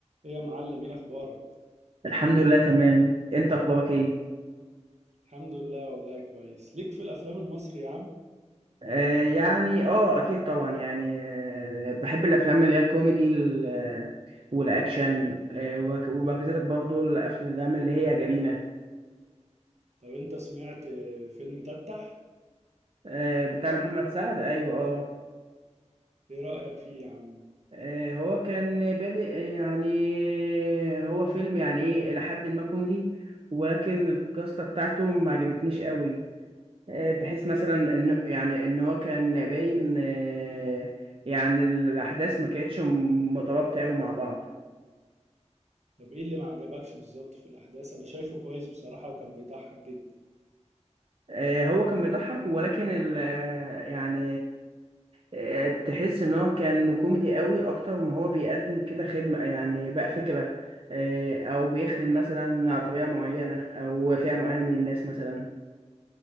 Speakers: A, on the right; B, on the right.
A: ايه يا معلم ايه اخبارك
B: الحمد لله تمام انت اخبارك ايه
A: الحمد لله والله كويس ليك في الافلام المصري يا عم
B: آه يعني اه اكيد طبعا يعني آه بحب الافلام اللي هي الكوميدي ال- آه، والاكشن آه وك- وكذلك برضو الافلام اللي هي جريمة
A: طب انت سمعت فيلم تتح
B: آه بتاع محمد سعد ايوه اه
A: ايه رأيك فيه يا عم
B: آه، هو كان بادئ يعني آه، هو فيلم يعني ايه الى حد ما كوميدي ولكن القصة بتاعته ما عجبتنيش قوي آه، بحيث مثلا انه يعني ان هو كان باين آه، يعني الاحداث ما كانتش م- مترابطه قوي مع بعض
A: طب ايه اللي ما عجبكش بالظبط في الاحداث انا شايفه كويس بصراحة وكان بيضحك جدا
B: آه، هو كان بيضحك ولكن ال آه، يعني آه، تحس ان هو كان كوميدي قوي اكتر ما هو بيقدم كده خدمه يعني بقى فكره آه، او بيخدم مثلا على طريقه معينه او فئه معينه من الناس مثلا